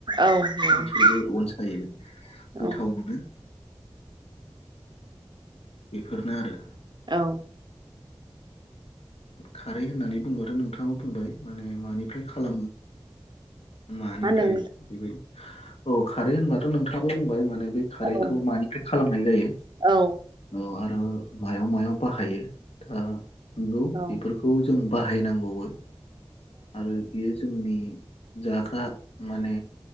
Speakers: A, on the right; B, on the left.
A: औ
B: बिसोरबो अनसायो गोथाव
A: औ
B: मोनो। बेफोरनो आरो
A: औ
B: खारै होननानै बुंबाथ' नोंथाङाबो बुंबाय। माने मानिफ्राय खालामो। मानिफ्राय
A: मा होनदों
B: बेबा औ खारै होनबाथ' नोंथाङाबो बुंबाय माने बे खारैखौ
A: नोंथां?
B: मानिफ्राय खालामनाय जायो
A: औ
B: औ आरो मायाव मायाव बाहायो दा नंगौ
A: औ
B: बेफोरखौ जों बाहायनांगौबो आरो बियो जोंनि जाग्रा माने